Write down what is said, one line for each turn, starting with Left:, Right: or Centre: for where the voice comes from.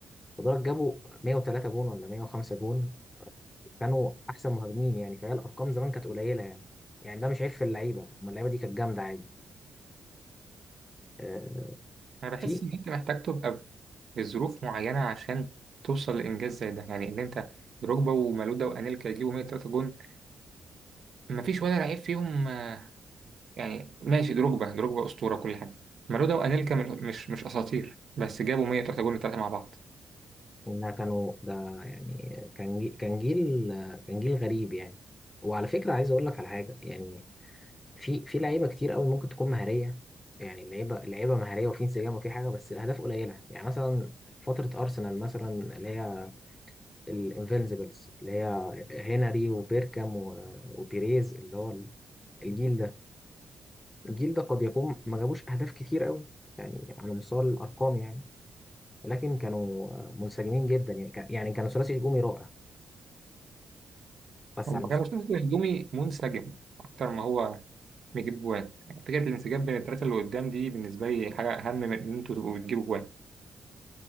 Left: ودول جابوا 103 جون ولا 105 جون وكانوا احسن مهاجمين يعني فهي الارقام زمان كانت قليله يعني يعني ده مش عيب في اللعيبه أما اللعيبه دي كانت جامده عادي آه،
Right: انا بحس
Left: في
Right: ان انت محتاج تبقى في ظروف معينه عشان توصل لانجاز زي ده يعني ان انت دروجبا ومالودا وانيلكا يجيبوا 103 جون مفيش ولا لعيب فيهم آه، يعني ماشي دروجبا دروجبا اسطوره كل حاجه مالودا وانيلكا مش مش مش اساطير بس جابوا 103 جون الثلاثه مع بعض
Left: إنها كانوا ده يعني كان جي- كان جيل كان جيل غريب يعني وعلى فكرة عايز أقول لك على حاجة يعني في في لعيبة كتير قوي ممكن تكون مهارية يعني اللعيبة اللعيبة مهارية وفي انسجام وفي حاجة بس الأهداف قليلة يعني مثلا فترة أرسنال مثلا اللي هي الانفينسيبلز اللي هي هنري وبيركام و- وبيريز اللي هو الجيل ده الجيل ده قد يكون ما جابوش أهداف كتير قوي يعني على مستوى الأرقام يعني ولكن كانوا منسجمين جدا يعني كان- يعني كانوا ثلاثي هجومي رائع بس
Right: هم
Left: على المس...
Right: كانوا شكل هجومي منسجم أكتر ما هو بيجيب جوان يعني فكرة الانسجام بين التلاتة اللي قدام دي بالنسبة لي حاجة أهم من إن أنتوا تبقوا بتجيبوا جوان